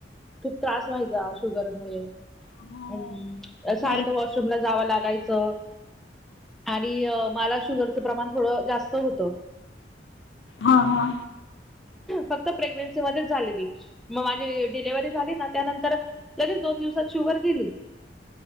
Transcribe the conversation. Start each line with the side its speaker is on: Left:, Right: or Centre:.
Centre: खूप त्रास व्हायचा शुगर मु
Left: हो
Centre: अम् सारख
Left: नाही
Centre: व रूम ला जावं लागायचं आणि मला शुगरचं प्रमाण थोडं जास्त होतं.
Left: हा हा
Centre: फक्त प्रेग्नेन्सी मध्येच झालेली मग माझी डिलेव्हरी झाली ना त्यानंतर लगेच दोन दिवसात शुगर दिेली.